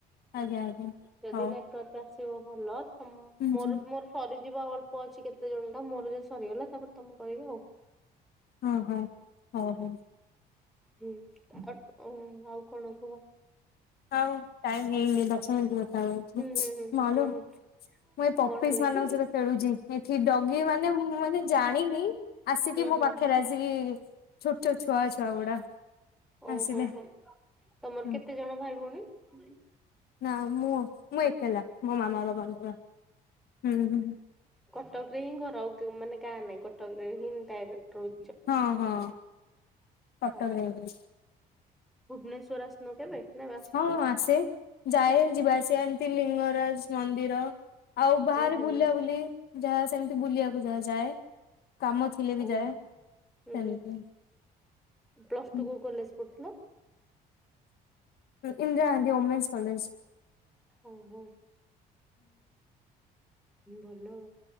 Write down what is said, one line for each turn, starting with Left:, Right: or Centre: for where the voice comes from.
Left: ଆଜ୍ଞା ଆଜ୍ଞା
Centre: ଯଦି
Left: ହଉ।
Centre: ନେଟୱର୍କ ଆସିବ ଭଲ ତ
Left: ହୁଁ
Centre: ମୋର
Left: ହୁଁ।
Centre: ମୋର ସରିଯିବ ଆଉ ଅଳ୍ପ ଅଛି କେତେ ଜଣ ଟା। ମୋର ଯଦି ସରିଗଲା ତାପରେ ତମେ କରିବ ଆଉ।
Left: ହଁ ହଁ ହଉ ହଉ।
Centre: ହଁ ଆ ଆଉ କଣ କୁହ?
Left: ହଉ ଟାଇମ ହେଇନି ଦଶ ମିନିଟ୍ ଅ ଆଉ
Centre: ହୁଁ
Left: ଅଛି
Centre: ହୁଁ ହୁଁ
Left: ମାଲୋ
Centre: ହୁଁ ହୁଁ
Left: ଏ ପପିସ୍
Centre: କଣ ହେଲା
Left: ମାନଙ୍କ
Centre: କି?
Left: ସହିତ ଖେଳୁଚି। ଏଠି ଡଗି ମାନେ ମୁଁ ମାନେ ଜାଣିନି। ଆସିକି
Centre: ହୁଁ
Left: ମୋ
Centre: ହୁଁ
Left: ପାଖରେ ଆସିକି ଛୋଟ ଛୋଟ ଛୁଆ ଛୁଆ ଗୁଡା।
Centre: ଓହୋ
Left: ଆସିଲେ
Centre: ହୋ ତମର
Left: ହୁଁ।
Centre: କେତେ ଜଣ ଭାଇ ଭଉଣୀ?
Left: ନା ମୁଁ ମୁଁ ଏକଲା ମୋ ମାମା ବାବାଙ୍କର ହୁଁ ହୁଁ।
Centre: କଟକ ରେ ହିଁ ଘର ଆଉ ଗା ମାନେ ଗାଁ ନାଇଁ କଟକ ରେ ହିଁ ଡାଇରେକ୍ଟ ରହୁ।
Left: ହଁ ହଁ। କଟକରେ
Centre: ଓ ହୋ
Left: ଏଇଠି।
Centre: ହୋ। ଭୁବନେଶ୍ଵର ଆସିନ କେବେ? ନା ଆସିଛ?
Left: ହଁ ଆସେ। ଯାଏ ଯିବା ଆସିବା ଏମିତି ଲିଙ୍ଗରାଜ ମନ୍ଦିର। ଆଉ ବାହାରେ
Centre: ହୁଁ ହୁଁ
Left: ବୁଲା ବୁଲି ଯାହା ସେମିତି ବୁଲିବାକୁ ଯାହା ଯାଏ। କାମ ଥିଲେ ବି
Centre: ଓହୋ
Left: ଯାଏ
Centre: ହୁଁ
Left: ସେମିତି
Centre: ହୁଁ
Left: ହୁଁ।
Centre: ପ୍ଲସ ଟୁ କୋଉ କଲେଜ ପଢୁଥିଲ?
Left: Indira Gandhi women's college.
Centre: ଓହୋ ଭଲ ଆଉ।